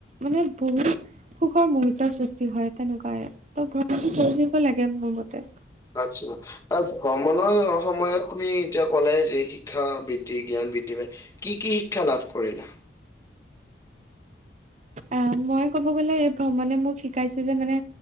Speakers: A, on the right (about 40°); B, on the left (about 20°).
A: মানে বহু সুখৰ মুহুৰৰ্তৰ সৃষ্টি হয় তেনেকুৱাইে ত ভ্ৰমণ কৰি লাগে মোৰ মতে
B: আচ্ছা আৰু ভ্ৰমণৰ সময়ত তুমি এতিয়া কলে যে শিক্ষা বৃদ্ধি জ্ঞান বৃদ্ধি পায় কি কি শিক্ষা লাভ কৰিলা
A: আহ মই কব গ'লে এই ভ্ৰমণে মোক শিকাইছে যে মানে